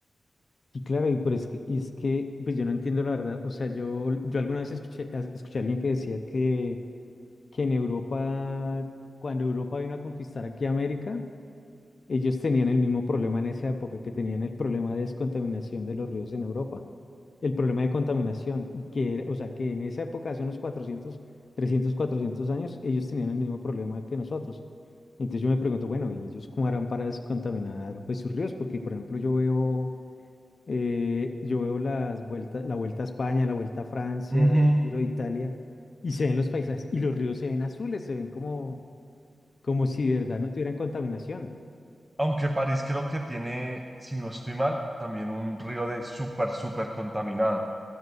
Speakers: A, on the left (about 50°); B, on the right (about 15°).
A: Y claro, y, pero es que, y es que pues yo no entiendo la verdad. O sea, yo, yo alguna vez escuché, a- escuché a alguien que decía que, que en Europa, cuando Europa vino a conquistar aquí América, Ellos tenían el mismo problema en esa época que tenían el problema de descontaminación de los ríos en Europa, el problema de contaminación, y que, era- o sea, que en esa época, hace unos 400, 300, 400 años, ellos tenían el mismo problema que nosotros. Entonces yo me pregunto, bueno, ¿y ellos cómo harán para descontaminar pues, sus ríos? Porque, por ejemplo, yo veo, eh, yo veo las vueltas, la Vuelta a España, la Vuelta a Francia,
B: Ujú.
A: el Giro de Italia, y se ven los paisajes, y los ríos se ven azules, se ven como como si de verdad no tuvieran contaminación.
B: Aunque París creo que tiene, si no estoy mal, también un río de súper, súper contaminado.